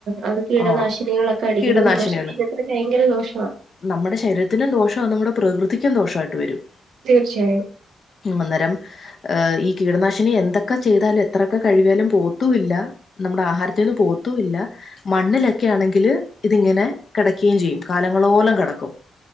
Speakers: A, on the right; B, on the left.
A: അത് കീടനാശിനികളൊക്കെ
B: ആഹ്
A: അടിയ്ക്കുന്നത്
B: കീടനാശിനികള്.
A: നമ്മ ശരീരത്തിന് ഭയങ്കര ദോഷവാ
B: നമ്മടെ ശരീരത്തിനും ദോഷവാ നമ്മുടെ പ്രകൃതിയ്ക്കും ദോഷവായിട്ട് വെരും.
A: തീർച്ചയായും.
B: അന്നേരം ഏഹ് ഈ കീടനാശിനി എന്തൊക്കെ ചെയ്താലും എത്രൊക്കെ കഴിവ്യാലും പോവത്തുല്ല. നമ്മടെ ആഹാരത്തിന്ന് പോവത്തുല്ല മണ്ണിലൊക്കെ ആണെങ്കില് ഇതിങ്ങനെ കെടക്കെയും ചെയ്യും കാലങ്ങളോലം കെടക്കും.